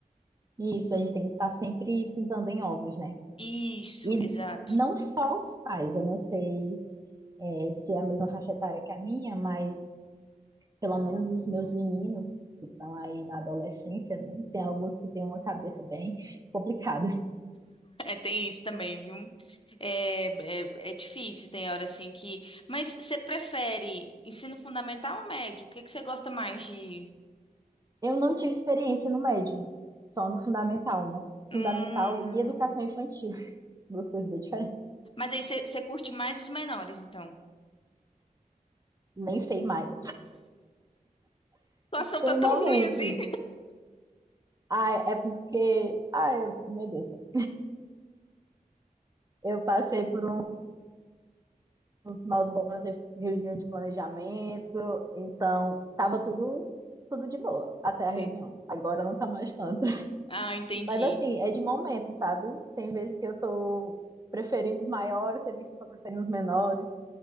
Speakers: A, on the right; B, on the left.
A: Isso, a gente tem que estar sempre pisando em ovos, né?
B: Isso,
A: E
B: exato.
A: não
B: <laughs>
A: só os pais, eu não sei, é, se é a mesma faixa etária que a minha, mas pelo menos os meus meninos que estão aí na adolescência, né? Tem alguns que têm uma cabeça bem complicada.
B: É, tem isso também, viu? É, é, é difícil, tem hora assim que. Mas você prefere ensino fundamental ou médio? O que que você gosta mais de.
A: Eu não tive experiência no médio, só no fundamental, né?
B: Hum.
A: Fundamental e educação infantil, <laughs> duas coisas bem diferentes.
B: Mas aí você curte mais os menores, então.
A: Nem sei mais.
B: A situação
A: Tem
B: tá tão
A: momentos.
B: ruim assim.
A: Ah, é porque. Ai, eu- meu Deus. do céu. Eu passei por um- uns maus bons teve reunião de planejamento, então tava tudo, tudo de boa até a
B: Sim.
A: reunião. Agora não tá mais tanto. <laughs>
B: Ah, entendi.
A: Mas assim, é de momento, sabe? Tem vezes que eu tô preferindo os maiores, tem vezes que eu tô preferindo os menores.